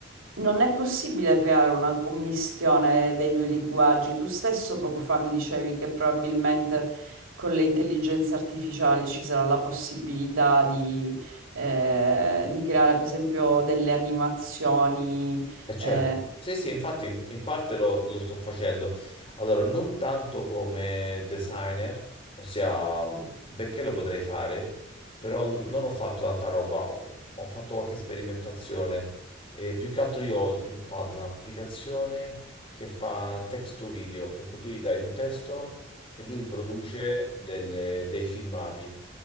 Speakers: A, on the right (about 85°); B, on the left (about 30°).
A: non è possibile creare una commistione dei due linguaggi. Tu stesso poco fa mi dicevi che probabilmente con le intelligenze artificiali ci sarà la possibilità di, eh, di creare, per esempio, delle animazioni.
B: Eh certo,
A: eh.
B: sì sì, infatti in, in parte lo, lo sto facendo. Allora, non tanto come designer, ossia, mh, benché lo potrei fare, però non ho fatto tanta roba, ho, ho fatto qualche sperimentazione e più che altro io ho sviluppato un'applicazione che fa text to video, per cui tu gli dai un testo e lui produce delle- dei filmati